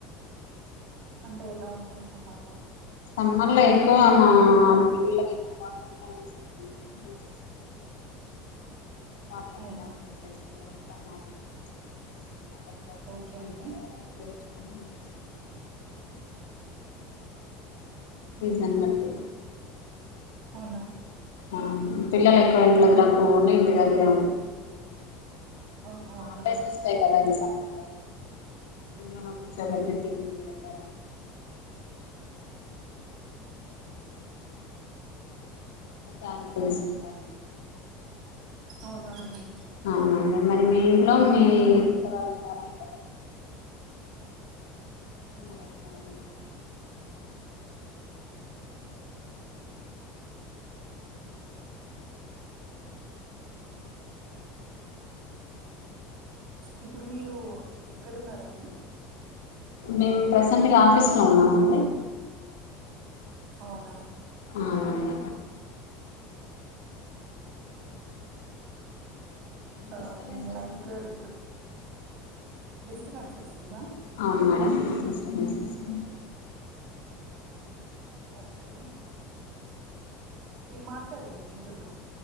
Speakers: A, on the right; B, on the left.
A: అంటే ఎలా ఉంటారు సమ్మర్ ల
B: సమ్మర్లే టే మా పిల్లలకి ఎక్కువ <unintelligible> మాట <unintelligible>
A: అవునా
B: ఆ కూర్చుంటే
A: ఓకే అండి
B: <unintelligible> సీజన్ బట్టి
A: అవునా
B: ఆ పిల్లలు ఎక్కువ ఎండలకు తిరగకుండా ఇంటి దగ్గరే ఉ
A: ఆహా
B: మా
A: అవునా
B: పేసి వస్తాయి కదా ఈ సమ్మర్లో ఇంట్లో నే కూర్చో బెట్టి తిని దగ్గర దానికి తెల్సినతాన
A: అవునా అండి
B: అవునండి మరి మీ ఇంట్లో మీ పెద్దవాళ్ళు ఉన్నారండి చిన్న
A: పెరుగు
B: వయసు వాళ్లు
A: తో
B: ఉన్నారా?
A: ఇప్పుడు మీరు ఎక్కడున్నారండి
B: మేము ప్రసెంట్గా ఆఫీస్లో ఉన్నామండి
A: అవునా
B: అవునండి
A: ఆ
B: డిస్టబెన్స్ వస్తుంది
A: లైక్ ఇప్పుడు డిస్టప్ఫెన్స్ వస్తుందా
B: అ మేడం <unintelligible>
A: ఓకే మీరు మాట్లాడండి వింటున్నా